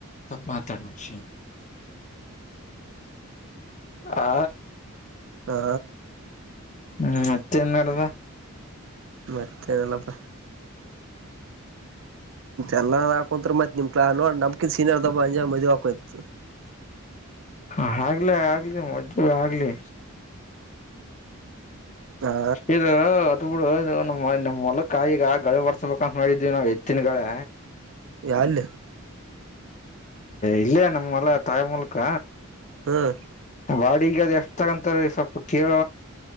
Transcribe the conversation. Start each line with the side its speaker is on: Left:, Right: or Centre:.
Left: ಮಾತಾಡೋಷ ಆ
Right: ಹಾ
Left: ಹ್ಮ್ ಮತ್ತೆೇನ್ ನಡದ
Right: ಮತ್ತೇನಲ್ಲಪ್ಪ ಎಲ್ಲ ಹಾಕಂತ ಮತ್ತ್ ನಿಮ ನೋಡ್ ನಮ್ಕಿ ಸೀನರ್ ದಬಂಜ ಮದುವೆ ಹಕೋಯ್ತು
Left: ಹ ಆಗ್ಲಿ ಆಗ್ಲಿ ಮೊಜು ಆಗ್ಲಿ
Right: ಹಾ
Left: ಇದು ಬಿಡುಮಮ್ಮ ಮೊಲಕ ಈಗ ಗಳಿ ಬರ್ಸ್ಬೇಕಂತ ನೋಡಿದ್ವಿ ನಾವ್ ಎತ್ತಿನಗಳೇ
Right: ಯಲ್ಲಿ
Left: ಇಲ್ಲಯ ನಮ್ಮಲ್ಲ ತಾಯಿ ಮೂಲಕ
Right: ಹ್ಮ್
Left: ಬಾಡಿಗೆ ಅದು ಎಷ್ಟ ತಗಂತಾರೆ ಸ್ವಲ್ಪ ಕೇಳ